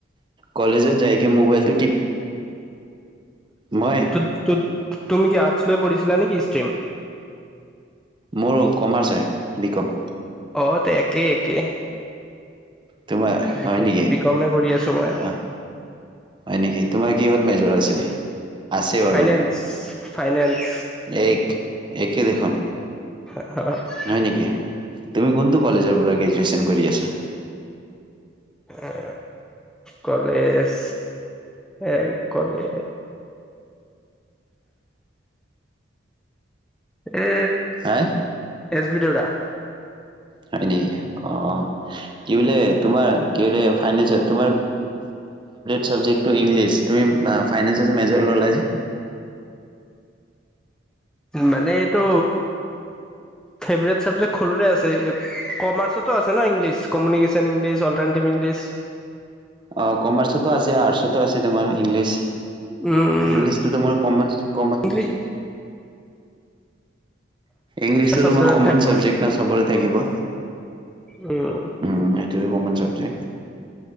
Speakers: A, on the right; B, in the centre.
A: কলেজত যাই কি মোবাইলটো টিপ মই
B: তু-তু- তুমি কি আৰ্টচ লৈ পঢ়িছিলা নেকি ষ্ট্ৰীম।
A: মোৰ কমাৰ্চ হয়, বিকম।
B: অ' একে একে,
A: তোমাৰ
B: বিক
A: হয় নেকি
B: বিকমে কৰি আছো মই।
A: অ হয় নেকি তোমাৰ কিহঁত মেজৰ আছিলে। আছে বাৰু
B: ফাইনেন্স ফাইনেন্স।
A: এক একেই দেখোন।
B: <unintelligible>
A: হয় নেকি তুমি কোনটো কলেজৰ পৰা গ্ৰেজুৱেচন কৰি আছা।
B: এ কলেজ এ কলেজ এ
A: হা
B: এছ বি দেউৰা।
A: হয় নেকি অ'। কি বোলে তোমাৰ কিবোলে ফাইনেচট চাবজেক্টো ইংলিছ। তুমি ফাইনেন্সে মেজৰ ল' লা যে।
B: মানে এইটো। ফেভাৰেট চাবজেক্ট সৰুৰে আছে কমাৰ্চোতো আছে ন' English communication English alternative English.
A: অ' কমাৰ্চতো আছে আৰ্টচতো আছে তোমাৰ ইংলিছ।
B: উম
A: ইংলিছটো তোমাৰ কমন কমন
B: ইংলিছ
A: ইংলিছতো
B: চব
A: তোমাৰ
B: জেগাতে
A: কমন
B: থাকিব
A: চাবজেক্ট না চবৰে থাকিব।
B: উম।
A: <unintelligible> Common subject.